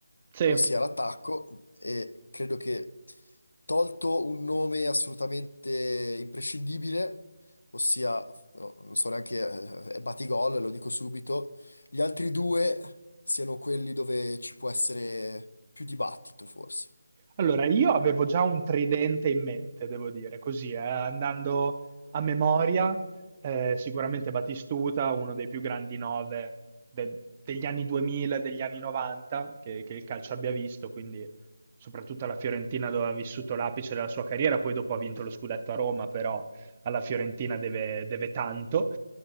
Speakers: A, on the right (about 15°); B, on the left (about 85°).
A: Sì,
B: ossia l'attacco. E credo che tolto un nome assolutamente imprescindibile, ossia, no, non so neanche, eh, è Batigol, lo dico subito, gli altri due siano quelli dove ci può essere più dibattito, forse.
A: Allora, io avevo già un tridente in mente, devo dire, così, eh, andando a memoria, eh, sicuramente Batistuta, uno dei più grandi nove de- degli anni 2000, degli anni 90, che, che il calcio abbia visto, quindi soprattutto alla Fiorentina dove ha vissuto l'apice della sua carriera, poi dopo ha vinto lo scudetto a Roma, però alla Fiorentina deve, deve tanto.